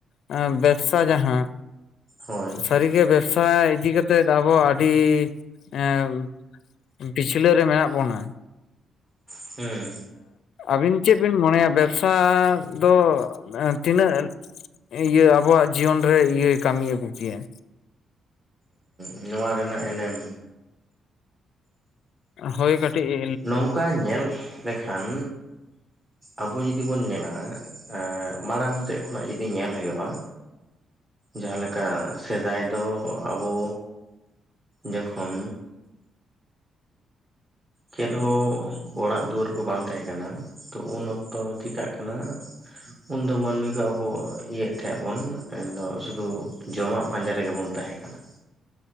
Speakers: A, on the left; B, on the right.
A: ᱵᱮᱵᱼᱼ ᱵᱮᱵᱥᱟ ᱡᱟᱦᱟᱸ
B: ᱦᱳᱭ
A: ᱥᱟᱹᱨᱤᱜᱮ ᱵᱮᱵᱥᱟ ᱤᱫᱤ ᱠᱟᱛᱮᱫ ᱟᱵᱚᱼᱼ ᱟᱹᱰᱤ ᱮᱸ ᱯᱤᱪᱷᱞᱟᱹ ᱨᱮ ᱢᱮᱱᱟᱜ ᱵᱚᱱᱟ
B: ᱦᱩᱸ
A: ᱟᱹᱵᱤᱱ ᱪᱮᱫ ᱵᱤᱱ ᱢᱚᱱᱮᱭᱟ ᱵᱮᱵᱥᱟ ᱫᱚ ᱛᱤᱱᱟᱹᱜ ᱤᱭᱟᱹ ᱟᱵᱚᱣᱟᱜ ᱡᱤᱭᱚᱱ ᱨᱮ ᱤᱭᱟᱹᱭ ᱠᱟᱹᱢᱤ ᱟᱹᱜᱩ ᱠᱮᱭᱟ
B: ᱩᱸ ᱱᱚᱣᱟ ᱨᱮᱱᱟᱜ ᱮᱱᱮᱢ
A: ᱦᱳᱭ ᱠᱟᱴᱤᱡ
B: ᱱᱚᱝᱠᱟ ᱧᱮᱞ ᱞᱮᱠᱷᱟᱱ ᱟᱵᱚ ᱡᱩᱫᱤ ᱵᱚᱱ ᱧᱮᱞᱟ ᱮ ᱢᱟᱲᱟᱝ ᱥᱮᱫ ᱠᱷᱚᱱᱟᱜ ᱡᱩᱫᱤ ᱧᱮᱞ ᱦᱩᱭᱩᱜᱼᱟ
A: <inaudible>
B: ᱡᱟᱦᱟᱸ ᱞᱮᱠᱟ ᱥᱮᱫᱟᱭ ᱫᱚ ᱟᱵᱚ ᱡᱚᱠᱷᱚᱱ ᱪᱮᱫ ᱦᱚᱸ ᱚᱲᱟᱜ ᱫᱩᱣᱟᱹᱨ ᱠᱚ ᱵᱟᱝ ᱛᱟᱦᱮᱸ ᱠᱟᱱᱟ ᱛᱚ ᱩᱱ ᱚᱠᱛᱚ ᱪᱤᱠᱟᱹᱜ ᱠᱟᱱᱟ <unintelligible> ᱩᱱᱫᱚ ᱢᱟᱱᱢᱤ ᱠᱚ ᱟᱵᱚ ᱤᱭᱟᱹᱭᱮᱫ ᱛᱟᱦᱮᱫ ᱟᱵᱚᱱ ᱩᱱᱫᱚ ᱥᱩᱫᱷᱩ ᱡᱚᱢᱟᱜ ᱯᱟᱸᱡᱟ ᱨᱮᱜᱮ ᱵᱚᱱ ᱛᱟᱦᱮᱸ ᱠᱟᱱᱟ᱾